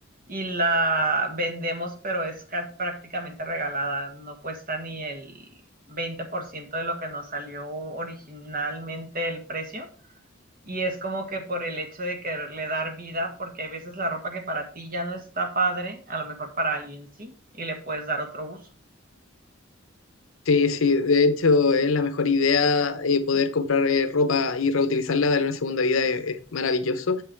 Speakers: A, on the right; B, on the left.
A: y la vendemos, pero es ca- prácticamente regalada, no cuesta ni el 20% de lo que nos salió originalmente el precio. Y es como que por el hecho de quererle dar vida, porque hay veces la ropa que para ti ya no está padre, a lo mejor para alguien sí, y le puedes dar otro uso.
B: Sí, sí, de hecho es la mejor idea eh, poder
A: Sí,
B: comprar eh, ropa y reutilizarla, darle una segunda vida, es, es maravilloso.